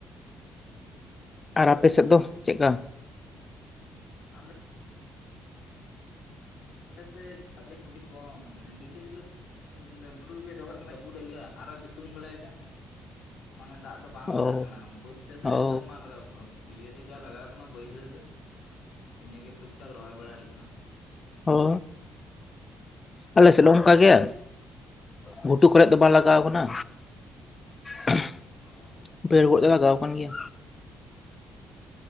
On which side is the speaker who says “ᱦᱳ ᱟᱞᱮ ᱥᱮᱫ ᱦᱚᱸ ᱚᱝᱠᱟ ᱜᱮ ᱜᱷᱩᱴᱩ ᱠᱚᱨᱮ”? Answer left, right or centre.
Left